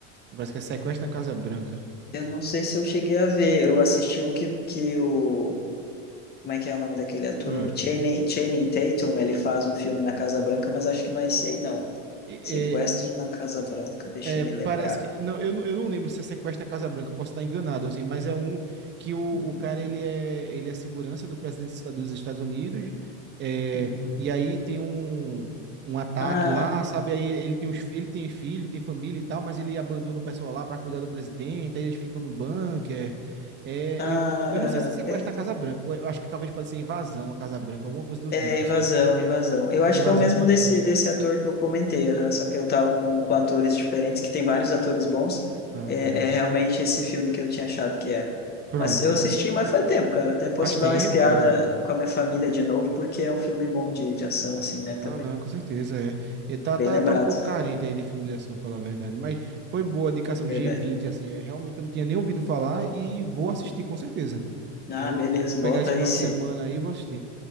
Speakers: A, on the right; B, on the left.
A: Parece que é sequestro na Casa Branca.
B: eu não sei se eu cheguei a ver. Eu assisti um que, que o. Como é que é o nome daquele ator?
A: Hum.
B: Channing, Channing Tatum, ele faz um filme na Casa Branca, mas acho que não é esse aí, não.
A: E-
B: Sequestro na Casa Branca, deixa
A: É,
B: eu me lembrar.
A: parece que. Não eu, não, eu não lembro se é sequestro na Casa Branca, eu posso estar enganado, assim, mas é um que o, o
B: Uhum,
A: cara ele é, ele é segurança do presidente dos Estados- dos Estados Unidos, é,
B: uhum.
A: e aí tem um, um ataque
B: Ah,
A: lá, sabe? Aí ele tem, os, ele tem filho, tem família e tal, mas ele abandona o pessoal lá para cuidar do presidente, aí eles ficam no bunker. É,
B: ah,
A: eu, eu
B: aham.
A: não sei se é sequestro
B: É,
A: na Casa Branca, eu acho que talvez pode ser invasão à Casa Branca, alguma coisa do
B: É,
A: tipo,
B: invasão,
A: assim.
B: invasão. Eu acho
A: É invasão,
B: que é o mesmo
A: né?
B: desse, desse ator que eu comentei, aham, só que eu tava com, com atores diferentes, que tem vários atores bons.
A: Ah,
B: É,
A: sim.
B: é realmente esse filme que eu tinha achado que era.
A: Pronto.
B: Mas eu assisti, mas faz tempo, cara. Até posso
A: Faz tempo,
B: dar uma espiada
A: velho.
B: com a minha família de novo, porque é um filme bom de, de ação, assim, né, também.
A: Não, não, com certeza é. E tá,
B: Bem
A: tá,
B: lembrado,
A: tá um pouco carente aí de filme de ação, falar a verdade. Mas foi boa a indicação
B: verdade.
A: g vinte, assim. Eu realmente eu não tinha nem ouvido falar e vou assistir, com certeza.
B: Ah,
A: Vou,
B: beleza,
A: vou pegar
B: bota
A: esse
B: aí
A: final
B: se.
A: de semana aí e vou assistir.